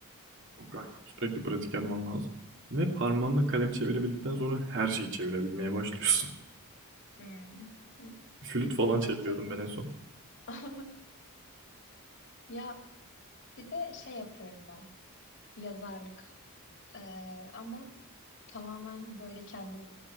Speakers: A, on the right; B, on the left.
A: Aynen. Sürekli pratik yapman lazım. Ve parmağında
B: Hı.
A: kalem çevirebildikten sonra her şeyi çevirebilmeye başlıyorsun.
B: Hmm. Hı.
A: <laughs> Flüt
B: Yetenek
A: falan çeviriyordum
B: aktarımı.
A: ben en son.
B: <laughs> Ya bir de şey yapıyorum ben. Yazarlık. Ee, ama tamamen böyle kendim.